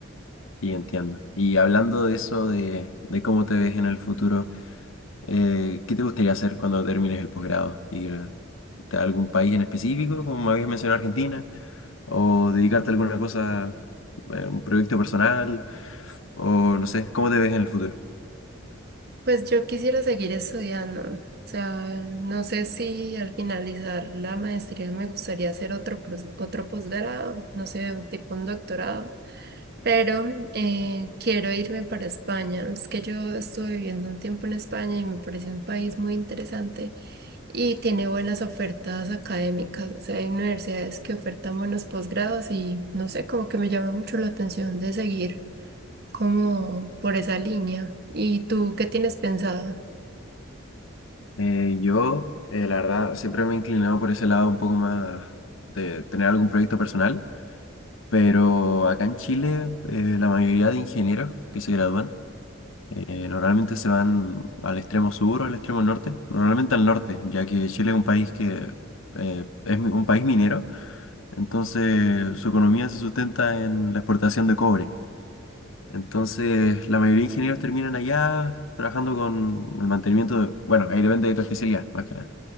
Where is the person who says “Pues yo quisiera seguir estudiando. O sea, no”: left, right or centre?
Right